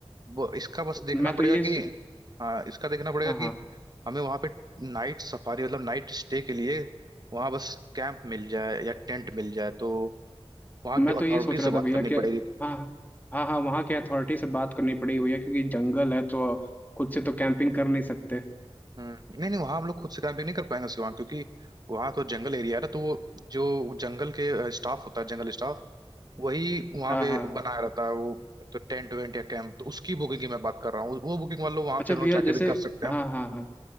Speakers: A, on the right; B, on the left.
A: वो इसका बस
B: तो
A: देखना
B: मैं
A: पड़ेगा
B: तो ये
A: कि हाँ इसका देखना पड़ेगा
B: हाँ हाँ
A: कि हमें वहाँ पे नाइट सफारी मतलब नाइट स्टे के लिए वहाँ बस कैंप मिल जाए या टेंट मिल जाए तो वहाँ
B: तो मैं
A: की
B: तो
A: अथॉरिटी
B: ये सोच रहा
A: से बात
B: था भैया
A: करनी
B: कि हाँ
A: पड़ेगी
B: हाँ हाँ हाँ, वहाँ के अथॉरिटी से बात करनी पड़ेगी भैया क्योंकि जंगल है तो खुद से तो कैंपिंग कर नहीं सकते
A: हम्म, नहीं नहीं वहां हम लोग खुद से कैंपिंग नहीं कर पाएंगे शिवांग क्योंकि वहां तो जंगल एरिया है ना तो वो जो जंगल के स्टाफ होता है जंगल स्टाफ वही वहां
B: हाँ
A: पे
B: हाँ
A: बनाया रहता है वो तो टेंट वेंट या कैंप तो उसकी बुकिंग की मैं बात कर रहा हूँ वो बुकिंग वाले लोग वहां
B: अच्छा
A: पे हम
B: भैया
A: लोग जाके
B: जैसे
A: अच्छा भी अच्छा कर अच्छा सकते
B: हाँ
A: हैं
B: हाँ हाँ
A: हम्म